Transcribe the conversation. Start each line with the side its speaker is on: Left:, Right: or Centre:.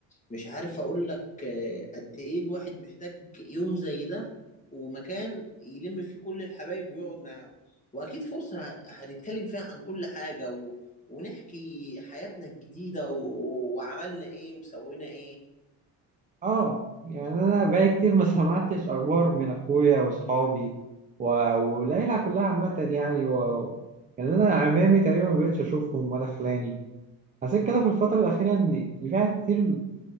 Left: مش عارف أقول لك آه، قد إيه الواحد محتاج يوم زي ده ومكان يلم فيه كل الحبايب ويقعد معاهم وأكيد فرصة هنتكلم فيها عن كل حاجة و... ونحكي حياتنا الجديدة و... وعملنا إيه وسوينا إيه
Right: اه يعني انا بقالي كتير ما سمعتش اخبار من اخويا واصحابي و- والعيله كلها عامه يعني و... يعني انا عمامي تقريبا ما بقتش اشوفهم ولا خلاني حسيت كده في الفترة الأخيرة إن في حاجات كتير م-